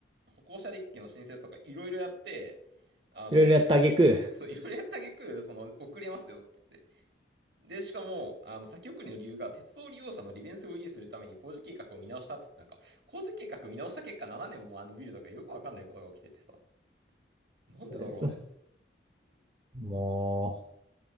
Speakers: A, on the right (about 65°); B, on the right (about 25°).
A: 歩行者デッキの申請とかいろいろやって、あの、
B: いろいろやった挙句、
A: 先を、そう、いろいろやった挙句、その、遅れますよ、っつって。で、しかも、あの、先送りの理由が、鉄道利用者の利便性を維持するために工事計画を見直したっつって、なんか、工事計画見直した結果7年もあのビルとかよくわかんないことが起きててさ。なんでだろうね。
B: えーそうも